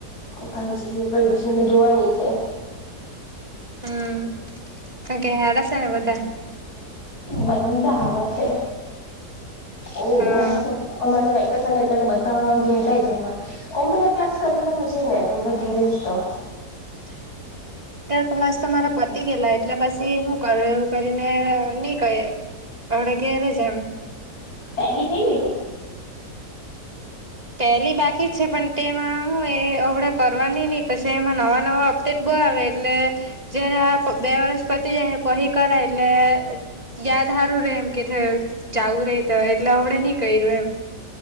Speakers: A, on the left; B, on the right.
A: કલજી કલજી જોવાની છે
B: હમ કણ કે હારા હશે ને બધા
A: બધા હારા છે ઓ
B: હા
A: અમારે વેકેશન એટલે બધા ઘેરે જ હમણાં, કોમ્પ્યુટર ક્લાસ કરી લેવા જોઈ ને હમણાં ઘેરે જ તો
B: તો <unintelligible> ક્લાસ તો મારા પતી ગયેલા એટલે પછી હું કરું એવું કરીને નહી કર્યા અવડે ઘેરજ એમ
A: ટેલી થઈ ગયલું
B: ટેલી બાકી છે પણ તેમાં હું એ અવડે કરવાની નહીં પછી એમાં નવા નવા અપડેટ બવ આવે એટલે જયારે આ બે વરસ પતી જાય પહી કરાય એટલે યાદ સારું રે એમ કે જવું રે તો એટલે આવડે નહી કર્યું એમ